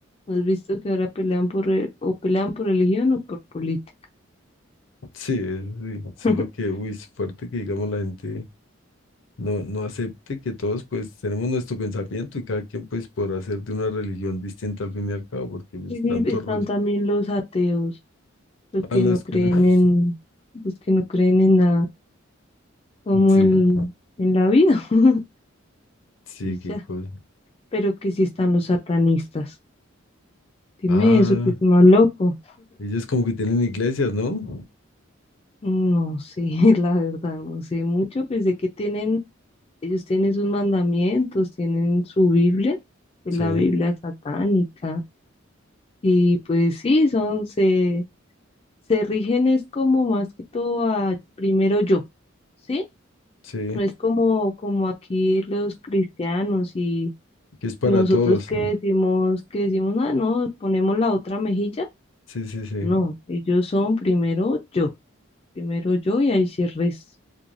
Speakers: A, on the left; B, on the left.
A: ¿Has visto que ahora pelean por, re- o pelean por religión o por política?
B: Sí, eso sí, solo
A: <laughs>
B: que, uy, es fuerte que digamos la gente... No, no acepte que todos pues tenemos nuestro pensamiento y cada quien pues podrá hacer de una religión distinta al fin y al cabo, porque
A: Y
B: es
A: sí,
B: tanto
A: están
B: rollo.
A: también los ateos, los que
B: A los
A: no creen
B: que no. <laughs>
A: en, los que no creen en nada, como
B: Sí,
A: en, en la vida, <laughs>
B: sí,
A: y ya.
B: qué cosa.
A: Pero que sí están los satanistas. Dime
B: Ah,
A: eso, que es más loco.
B: ellos como que tienen iglesias, ¿no?
A: No sé, <laughs> la verdad, no sé mucho. Pensé que tienen, ellos tienen sus mandamientos, tienen su Biblia, que
B: Sí,
A: es la Biblia satánica. Y pues sí, son, se, se rigen es como más que todo a primero yo, ¿sí?
B: sí,
A: No es como, como aquí los cristianos y
B: que es para
A: nosotros
B: todos.
A: que decimos, que decimos, ah, no, ponemos la otra mejilla.
B: Sí, sí, sí.
A: No, ellos son primero yo, primero yo y ahí se reza.